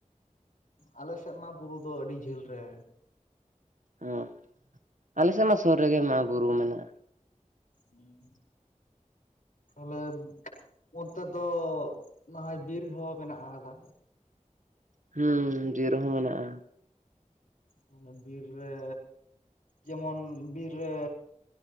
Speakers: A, on the left (about 85°); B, on the right (about 70°).
A: ᱟᱞᱮ ᱥᱮᱫ ᱢᱟ ᱵᱩᱨᱩ ᱫᱚ ᱟᱹᱰᱤ ᱡᱷᱟᱹᱞ ᱨᱮ᱾
B: ᱚ, ᱟᱞᱮ ᱥᱮᱫ ᱢᱟ ᱥᱩᱨ ᱨᱮᱜᱮ ᱢᱮᱱᱟᱜ-ᱟ ᱵᱩᱨᱩ ᱢᱮᱱᱟᱜᱼᱟ᱾
A: ᱦᱩᱸᱻ, ᱛᱟᱦᱚᱞᱮᱢ ᱚᱱᱛᱮ ᱫᱚ ᱱᱟᱦᱚᱭ ᱵᱤᱨ ᱦᱚ ᱢᱮᱱᱟᱜ ᱠᱟᱫᱟ᱾
B: ᱦᱩᱸ ᱡᱤᱨ ᱦᱚ ᱢᱮᱱᱟᱜ-ᱟ᱾
A: ᱢᱟᱱᱮ ᱵᱤᱨ ᱨᱮ ᱡᱮᱢᱚᱱ ᱵᱤᱨ ᱨᱮ᱾